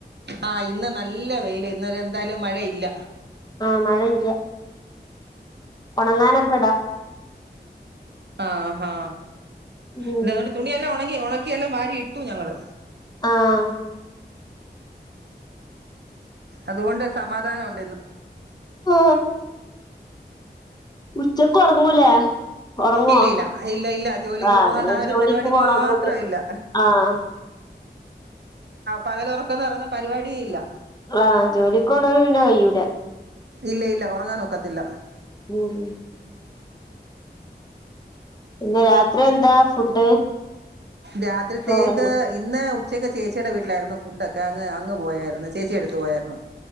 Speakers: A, on the right; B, on the left.
A: ആഹ് ഇന്ന് നല്ല വെയില് ഇന്ന് എന്തായാലും മഴയില്ല
B: ആഹ് മഴയില്ല ഉണങ്ങാനൊക്കെ ഇടാ
A: ആഹ് ആ
B: ഉം
A: ഇന്ന് അതൊണ്ട് തുണിയെല്ലാം ഉണങ്ങി ഉണക്കിയെല്ലാം വാരി ഇട്ടു ഞങ്ങള്
B: ആഹ്
A: അതുകൊണ്ട് സമാധാനം ഉണ്ട് ഇന്ന്
B: ഓ ഉച്ചക്ക് ഉറങ്ങൂലേ ഉറങ്ങോ
A: ഇല്ല ഇല്ല ഇല്ല ഇല്ല ജോലിക്ക്
B: ആഹ്
A: പോന്നോണ്ട്
B: ഇങ്ങള്
A: ആ ഒരു
B: ജോലിക്ക്
A: പരിപാടി
B: പോണതോണ്ട്
A: മാത്രം ഇല്ല
B: ആഹ്
A: പകല് ഉറക്കംന്ന് പറയുന്ന പരിപാടിയെ ഇല്ല
B: ആഹ് ജോലിക്ക്‌ പോന്നോണ്ട് പിന്നെ കഴിയൂല
A: ഇല്ല ഇല്ല ഉറങ്ങാനൊക്കത്തില്ല
B: ഉമ് പിന്നെ രാത്രി എന്താ ഫുഡ്
A: രാത്രിത്തേക്ക്
B: ചോറന്നെ
A: ഇന്ന് ഉച്ചയ്ക്ക് ചേച്ചിയുടെ വീട്ടിലായിരുന്നു ഫുഡ് ഒക്കെ അങ്ങ് അങ്ങ് പോയായിരുന്നു ചേച്ചിഏടുത്തു പോയായിരുന്നു